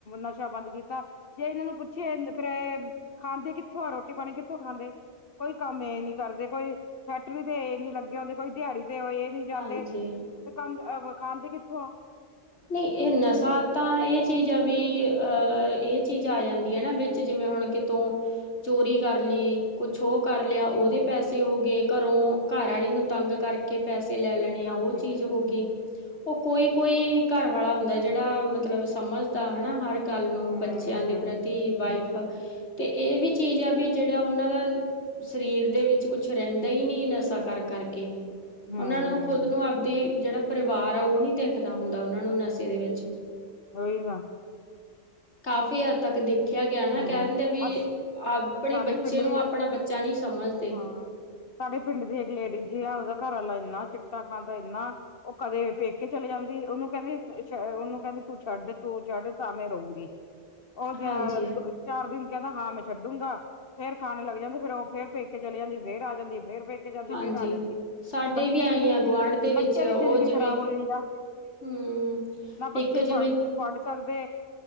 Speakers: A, on the left; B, on the left.
A: ਨਸ਼ਾ ਬੰਦ ਕੀਤਾ। ਜੇ ਇਹਨਾਂ ਨੂੰ ਪੁੱਛਿਆ ਫ਼ਿਰ ਖਾਂਦੇ ਕਿੱਥੋਂ ਆ ਰੋਟੀ ਪਾਣੀ, ਕਿੱਥੋਂ ਖਾਂਦੇ। ਕੋਈ ਕੰਮ ਇਹ ਨੀ ਕਰਦੇ ਕੋਈ ਫੈਕਟਰੀ ਤੇ ਇਹ ਨੀ ਲੱਗੇ ਹੁੰਦੇ। ਕੋਈ ਦਿਹਾੜੀ ਤੇ ਇਹ ਨੀ ਜਾਂਦੇ।
B: ਹਾਂਜੀ
A: ਤੇ ਕੰਮ ਖਾਦੇ ਕਿੱਥੋਂ ਆ
B: ਨਹੀਂ ਇਹ ਨਸ਼ਾ ਤਾਂ ਇਹ ਚੀਜ਼ ਆ ਵੀ ਅ ਇਹ ਚੀਜ਼ ਆ ਜਾਂਦੀ ਹੈ ਨਾ ਵਿੱਚ ਜਿਵੇਂ ਹੁਣ ਕਿ ਤੁ ਚੋਰੀ ਕਰ ਲਈ ਕੁਛ ਉਹ ਕਰ ਲਿਆ।
A: ਹਮ
B: ਉਹਦੇ ਪੈਸੇ ਹੋ ਗਏ ਘਰੋਂ ਘਰਆਲੀ ਨੂੰ ਤੰਗ ਕਰਕੇ ਪੈਸੇ ਲੈ ਲੈਣੇ ਨੇ
A: ਹਾਂਜੀ
B: ਉਹ ਚੀਜ਼ ਹੋ ਗਈ। ਉਹ ਕੋਈ-ਕੋਈ ਘਰਵਾਲਾ ਹੁੰਦਾ ਜੇੜਾ ਮਤਲਬ ਸਮਝਦਾ ਹਨਾ ਹਰ ਗੱਲ ਨੂੰ,
A: ਹਮ
B: ਬੱਚਿਆਂ ਦੇ
A: ਹਮ
B: ਪ੍ਰਤੀ ਵਾਈਫ ਤੇ ਇਹ ਵੀ ਚੀਜ਼ ਆ ਵੀ ਜੇੜਾ ਓਨਾ ਦਾ ਸਰੀਰ ਦੇ ਵਿੱਚ ਕੁਛ ਰੈਂਦਾ ਈ ਨਈ ਨਸ਼ਾ ਕਰ- ਕਰ ਕੇ
A: ਹਮ
B: ਓਨਾ ਨੂੰ ਖੁਦ ਨੂੰ ਆਵਦੀ ਜੇੜਾ ਪਰਿਵਾਰ ਆ ਉਹ ਨੀ ਦੇਖਦਾ ਹੁੰਦਾ ਓਨਾ ਨੂੰ ਨਸ਼ੇ ਦੇ ਵਿੱਚ
A: <unintelligible>
B: ਕਾਫ਼ੀ ਹੱਦ ਤੱਕ ਦੇ ਦੇਖਿਆ ਗਿਆ ਨਾ
A: ਹਮ
B: ਕਹਿ ਦਿੰਦੇ ਵੀ,
A: ਅ
B: ਆਪਣੇ
A: ਸਾਡੇ
B: ਬੱਚੇ
A: ਪਿੰਡ
B: ਨੂੰ
A: ਵੀ
B: ਆਪਣਾ ਬੱਚਾ ਨੀ ਸਮਝਦੇ।
A: ਹਾਂ ਸਾਡੇ ਪਿੰਡ ਦੀ ਇੱਕ ਲੇਡੀਜ਼ ਆ ਓਦਾ ਘਰਆਲਾ ਏਨਾ ਚਿੱਟਾ ਖਾਂਦਾ ਏਨਾ ਉਹ ਕਦੇ ਪੇਕੇ ਚਲੇ ਜਾਂਦੀ ਓਨੂੰ ਕੇਂਦੀ- ਓਨੂੰ ਕੇਂਦੀ ਤੂੰ ਛੱਡ- ਤੂੰ ਛੱਡ ਤਾਂ ਮੈਂ ਰਊਗੀ। ਉਹ ਜ
B: ਹਾਂਜੀ
A: ਚਾਰ ਦਿਨ ਕੇਂਹਦਾ ਹਾਂ ਮੈਂ ਛੱਡੂਗਾ। ਫੇਰ ਖਾਣੇ ਲੱਗ ਜਾਂਦੇ ਫੇਰ ਉਹ ਫੇਰ ਪੇਕੇ ਚਲੀ ਜਾਂਦੀ ਫੇਰ ਆ ਜਾਂਦੀ ਫੇਰ ਪੇਕੇ ਪੇਕੇ ਜਾਂਦੀ
B: ਹਾਂਜੀ
A: ਫੇਰ ਆ ਜਾਂਦੀ,
B: ਸਾਡੇ
A: ਬੱਚਿਆਂ
B: ਵੀ ਆਈ
A: ਦੀ ਜ਼ਿੰਦਗੀ
B: ਆ ਗੁਆਂਢ ਦੇ
A: ਬੱਚਿਆਂ
B: ਵਿੱਚ ਉਹ
A: ਦੀ ਜ਼ਿੰਦਗੀ
B: ਜਿਵੇਂ
A: ਖ਼ਰਾਬ ਹੋਈ-ਹੋਈ ਆ।
B: ਹਮ
A: ਨਾ ਬੱਚੇ
B: ਇੱਕ ਜਿਵੇਂ
A: ਪੜ- ਪੜ੍ਹ ਸਕਦੇ।